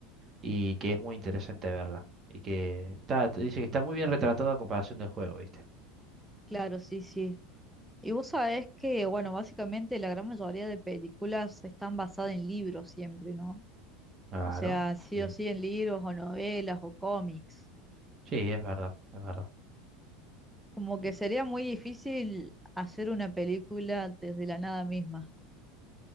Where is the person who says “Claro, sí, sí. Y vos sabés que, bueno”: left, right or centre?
Centre